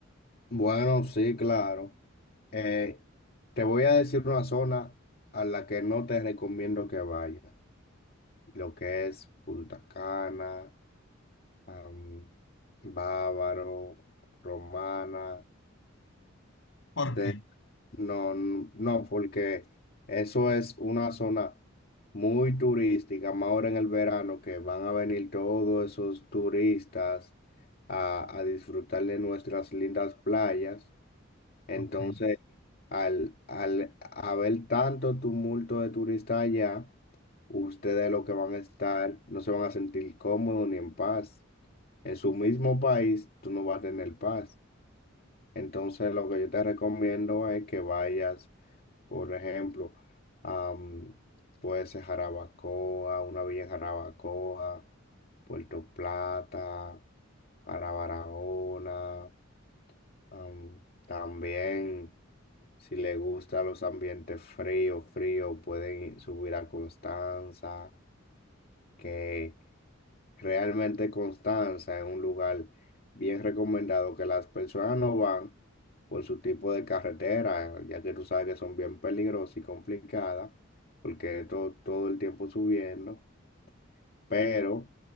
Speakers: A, on the left; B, on the left.
A: Bueno, sí, claro. Eh, te voy a decir una zona a la que no te recomiendo que vayas. lo que es Punta Cana, am, Bávaro, Romana.
B: ¿Por
A: te-
B: qué?
A: no, n- no, porque eso es una zona muy turística, más ahora en el verano que van a venir todos esos turistas a, a disfrutar de nuestras lindas playas. Entonces,
B: Ok.
A: al, al haber tanto tumulto de turistas allá, ustedes lo que van a estar, no se van a sentir cómodos ni en paz. en su mismo país, tú no vas a tener paz. Entonces, lo que yo te recomiendo es que vayas, por ejemplo, a, mm, puede ser Jarabacoa, una villa en Jarabacoa, Puerto Plata, para Barahona, am, también. Si le gustan los ambientes fríos, fríos, pueden ir- subir a Constanza, que Realmente Constanza es un lugar bien recomendado que las personas no van por su tipo de carretera, ya que tú sabes que son bien peligrosas y complicadas, porque es todo, todo el tiempo subiendo, pero